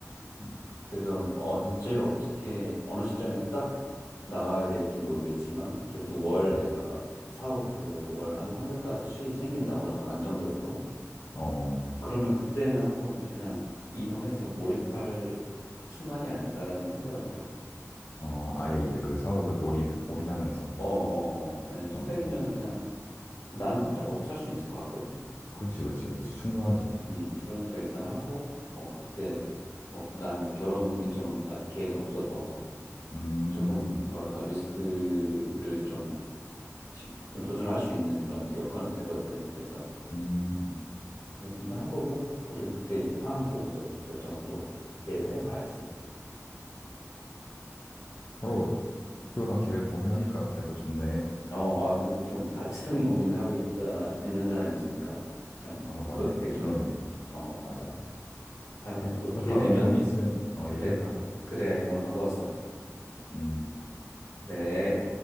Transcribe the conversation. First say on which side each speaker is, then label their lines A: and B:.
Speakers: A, on the left; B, on the left.
A: 음.
B: 그래서 언제, 어떻게, 어느 시점에 딱 나와야 될지 모르겠지만, 그래도 월
A: 음.
B: 내가 사업으로 월 한 300까지 수익이 생긴다, 어느 정도 안정적으로.
A: 어.
B: 그러면 그때는 한번 그냥 이동해서 몰입할 순간이 아닐까라는 생각은 들어.
A: 어. 아예 이제 그 사업에 몰인, 올인하면서.
B: 어, 어, 어. 왜냐면 300이면은
A: 어.
B: 그냥 나는 혼자 먹고 살 수 있을 것 같거든.
A: 그렇지, 그렇지, 그렇지. 충분하지.
B: 음, 그러니까 일단 하고, 뭐, 그때, 뭐, 나는 이제 결혼 일정은 아직 계획은 없어서
A: 음.
B: 조금, 뭐랄까, 리스크를 좀, 시- 좀 도전할 수 있는 그런 여건은 되거든. 그래서
A: 음.
B: 좀 더 해보고, 그리고 그때 이제 상황 보고서 이제 결정을 또 계획을 해봐야지.
A: 서로 목표나 계획 공유하니까 그래도 좋네.
B: 어, 아, 그래도 좀 같은 고민을 하고 있다, 있는 사람이 있으니까 참,
A: 어, 맞네.
B: 그것도 되게 좋네.
A: 그러네.
B: 어,
A: 맞아,
B: 아,
A: 맞아.
B: 다음에
A: 또,
B: 또
A: 또
B: 기회
A: 다음에
B: 되면,
A: 고민 있으면 어,
B: 그래,
A: 얘기하자.
B: 그래. 그래, 오늘 반가웠어.
A: 음.
B: 그래.